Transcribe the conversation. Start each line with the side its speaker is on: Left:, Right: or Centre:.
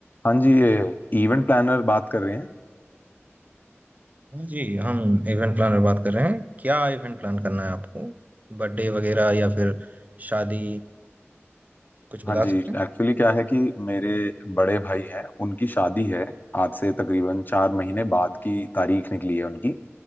Left: हाँ जी ये इवेंट प्लानर बात कर रहे हैं
Right: हाँ जी हम इवेंट प्लानर बात कर रहे हैं क्या इवेंट प्लान करना है आपको बर्थडे वगैरह या फिर शादी कुछ
Left: हाँ
Right: बता
Left: जी
Right: सकते
Left: एक्चुअली
Right: हैं
Left: क्या है कि मेरे बड़े भाई हैं उनकी शादी है आज से तकरीबन चार महीने बाद की तारीख निकली है उनकी